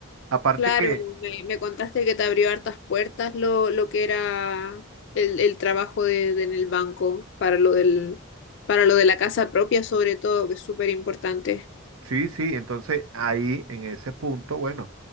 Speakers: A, on the right; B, on the left.
A: Aparte
B: Claro,
A: que
B: me, me contaste que te abrió hartas puertas lo, lo que era el, el trabajo de, de en el banco para lo del, para lo de la casa propia, sobre todo, que es súper importante.
A: Sí, sí, entonces ahí en ese punto, bueno,